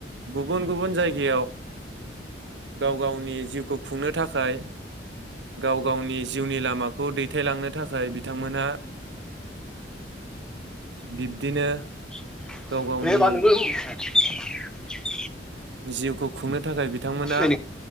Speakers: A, on the right; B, in the centre.
A: गुबुन गुबुन जायगायाव गाव गावनि जिउखौ खुंनो थाखाय गाव गावनि जिउनि लामाखौ दैथायलांनो थाखाय बिथांमोनहा बिब्दिनो
B: <unintelligible>
A: गाव गावनि
B: <inaudible>
A: जिउखौ खुंनो थाखाय बिथांमोना
B: औ